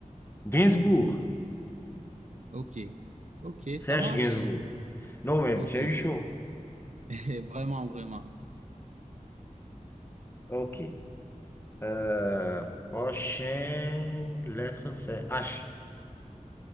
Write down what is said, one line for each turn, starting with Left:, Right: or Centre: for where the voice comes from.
Left: Gainsbourg,
Right: Ok, ok,
Left: Serge
Right: ça marche.
Left: Gainsbourg. Non, mais
Right: Ok,
Left: j'ai eu chaud.
Right: <laughs> vraiment, vraiment.
Left: OK. Euh, prochaine lettre, c'est H.